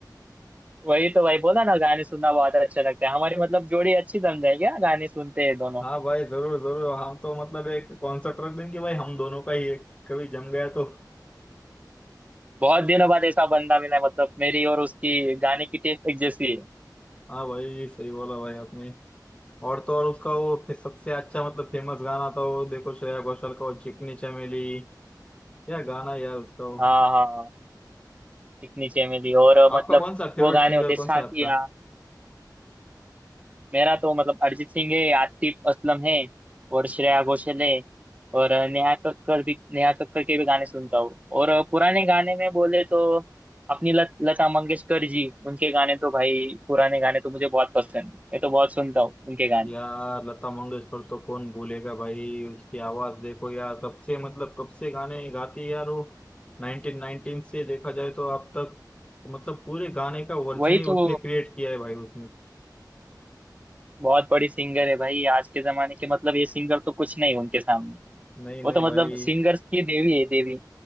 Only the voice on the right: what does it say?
वही तो भाई बोला ना गाने सुनना बहुत अच्छा लगता है हमारी मतलब जोड़ी अच्छी जम जाएगी हाँ, गाने सुनते हैं दोनों
बहुत दिनों बाद ऐसा बंदा मिला है, मतलब मेरी और उसकी गाने की टेस्ट एक जैसी है
हाँ हाँ चिकनी चमेली और अ,
मतलब
वो गाने
होते हैं,
साथिया
मेरा तो मतलब अरिजीत सिंह है आतिफ असलम है और श्रेया घोषाल है और अ, नेहा कक्कड़ भी नेहा कक्कड़ के भी गाने सुनता हूँ और अ, पुराने गाने में बोले तो अपनी लत, लता मंगेशकर जी उनके गाने तो भाई पुराने गाने तो मुझे बहुत पसंद है मैं तो बहुत सुनता हूँ उनके गाने
वही
तो
बहुत बड़ी सिंगर है भाई आज के जमाने के मतलब ये सिंगर तो कुछ नहीं उनके सामने
वो तो
मतलब सिंगर्स की देवी है देवी